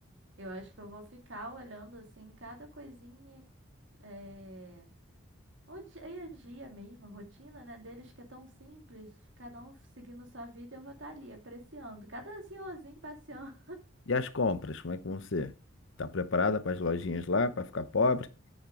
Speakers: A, on the right; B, on the left.
A: Eu acho que eu vou ficar olhando assim cada coisinha, eh, O dia e a dia mesmo, a rotina, né, deles que é tão simples, cada um seguindo sua vida, eu vou estar ali apreciando, cada senhorzinho passeando.
B: E as compras, como é que vão ser? Tá preparada para as lojinhas lá, para ficar pobre?